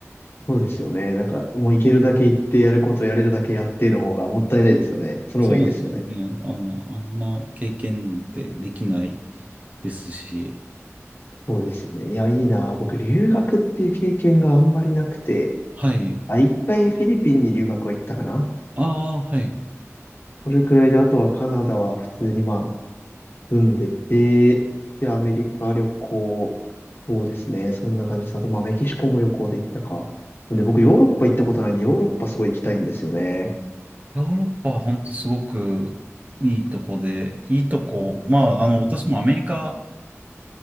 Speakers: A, on the left; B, on the right.
A: そうですよね。なんか、もう行けるだけ行って、やることやれるだけやっての方がもったいないですよね。その方がいいですよね。
B: そうですよね。あの、あんな経験ってできないですし、
A: そうですよね。いや、いいな。僕、留学っていう経験があんまりなくて、
B: はい。
A: あ、一回フィリピンに留学は行ったかな。
B: ああ、はい。
A: それくらいで、あとはカナダは普通にまあ、住んでて、で、アメリカ旅行、そうですね。そんな感じです。あと、まあ、メキシコも旅行で行ったか。なんで、僕、ヨーロッパ行ったことないんで、ヨーロッパすごい行きたいんですよね。
B: ヨーロッパは本当すごくいいとこで、いいとこ、まあ、あの、私もアメリカ、